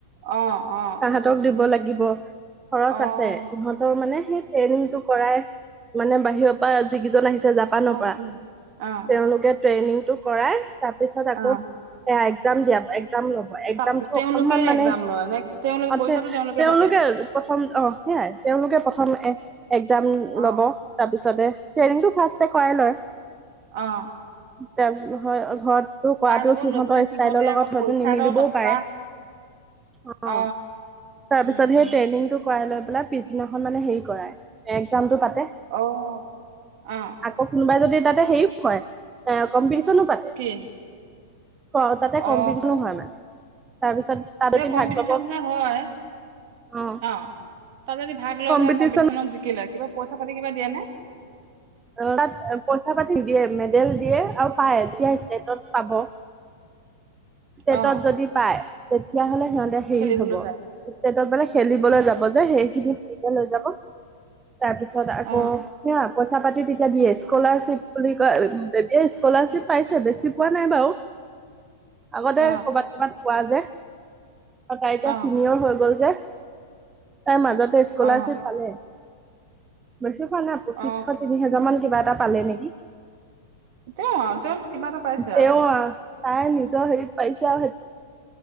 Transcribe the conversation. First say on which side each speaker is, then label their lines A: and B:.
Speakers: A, on the right; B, on the right.
A: অহ অহ।
B: সিহঁতক দিব লাগিব খৰচ
A: অ
B: আছে, সিহ তৰ মানে সেই ট্ৰেইনিংটো কৰাই মানে বাহিৰৰ পৰা যিকিজন আহিছে জাপ পানৰ
A: অ
B: পৰা
A: উম অ
B: তেওঁলোকে ট্ৰেইনিংটো কৰাই তাৰ পিছত আকৌ
A: অ
B: এয়া একজাম দিয়া একজাম ল' ব একজামটো
A: তাত তেওঁলোকে
B: অকনমান মানে
A: এক্জাম লয় নে তেওঁলোকে
B: অ
A: পৰীক্ষাটো
B: তে তেওঁলোকে
A: পাতে
B: প্ৰথম অহ সেয়াই তেওঁলোকে প্ৰথম এ একজাম
A: অ
B: ল'ব তাৰপিছতে ট্ৰেইনিংটো ফাষ্টে কৰাই লয়।
A: অহ।
B: <unintelligible> হয় ঘৰতটো কৰাটো
A: ল'ব
B: সিহঁতৰ
A: লৈ পেলাই সিহঁতে
B: ষ্টাইলৰ লগত
A: আকৌ
B: হয়তো
A: পৰীক্ষা
B: নিমিলিবও
A: এটাও তাপা
B: পাৰে। অহ
A: অ
B: তাৰপিছত
A: উম উম
B: সেই ট্ৰেই নিংটো কৰাই লৈ পেলাই পিছদিনাখন মানে হেৰি কৰাই এ একজামটো পাতে।
A: অহ আহ।
B: আকৌ কোনোবাই যদি তাতে হেৰিও কৰে, হে কমপিটিচনো পাতে।
A: কি?
B: অহ তাতে
A: অ
B: কম্পিটিশনো হয় মানে তাৰপিছত তাত যদি
A: এই কম্পিটিচন
B: ভাগ ল'ব
A: যে হয়
B: অ
A: অহ। তাত যদি ভাগ লৈ
B: কম্পিটিচনত
A: হয় কম্পিটিশনত জিকি লয় কিবা পইচা পাতি কিবা দিয়ে নে
B: অহ তাত পইচা পাতি নিদিয়ে, মেডেল দিয়ে আৰু পায়তিয়া ষ্টেটত পাব। ষ্টেটত
A: অ
B: যদি পায় তেতিয়াহলে সিহঁতে হেৰি
A: খেলিবলৈ
B: হ'ব।
A: যায়
B: ষ্টেটৰ পৰা খেলিবলৈ যাব যে সেইখিনি ফ্ৰীকে লৈ যাব। তাৰ পিছত আকৌ‌
A: অ
B: সেই আকচ ছা পাতি তেতিয়া দিয়ে, স্কলাৰশ্বিপ বুলি কয় <unintelligible> এতিয়া স্কলাৰশ্বিপ পাইছে বেছি পোৱা নাই বাৰু। আগতে
A: অ
B: কৰ'বাত ক'বাত পোৱা যে। তাই এতিয়া
A: অ
B: চিনিয়ৰ হৈ গল যে, তাই মাজতে স্কলাৰশ্বিপ
A: অ
B: পালে। বেছি পোৱা নাই পঁচিছশ
A: অ
B: তিনি হাজাৰ। মান কিবা এটা পালে নেকি!
A: তেওঁ তেওঁ কিবা এটা পাইছে
B: তেওঁ
A: আৰু
B: আহ- তাই নিজৰ হেৰিত পাইছে আৰু সেইটো